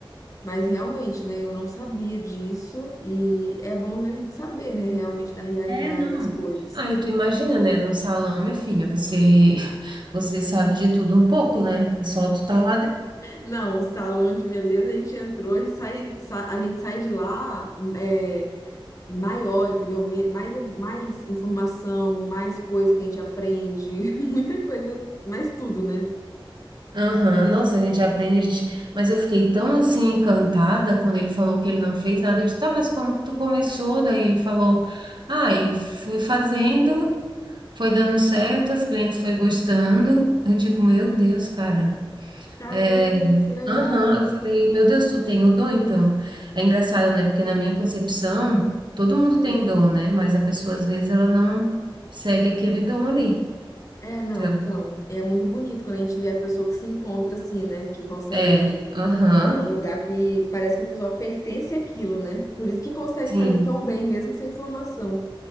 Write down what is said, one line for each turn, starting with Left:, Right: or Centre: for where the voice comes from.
Left: mas realmente, né? Eu não sabia disso e é bom a gente saber, né? Realmente da realidade
Right: É, não.
Left: das coisas.
Right: Aí tu imagina, né? No salão, minha filha, você você sabe de tudo um pouco, né? É só tu tá lá dentro.
Left: Não, o salão de beleza, a gente entrou, a gente sai, sa- a gente sai de lá é, maior, entendeu? Me- Mais, ev- mais informação, mais coisa que a gente aprende, <laughs> muita coisa, mais tudo, né?
Right: Aham, Nossa, a gente aprende, a gente... Mas eu fiquei tão, assim, encantada quando ele falou que ele não fez nada. Eu disse, tá, mas como que tu começou? Daí ele falou, ah, e fui fazendo, foi dando certo, as clientes foi gostando. Eu digo, meu Deus, cara.
Left: Caramba,
Right: É,
Left: que legal.
Right: Aham, eu falei, meu Deus, tu tem o dom, então. É engraçado, né? Porque na minha concepção, todo mundo tem dom, né? Mas a pessoa, às vezes, ela não segue aquele dom ali.
Left: É, não,
Right: Então,
Left: então, é muito bonito quando a gente vê a pessoa que se encontra assim, né? Que consegue
Right: é, aham,
Left: estar num lugar que parece que a pessoa pertence àquilo, né? Por isso que consegue
Right: sim,
Left: fazer tão bem, mesmo sem formação.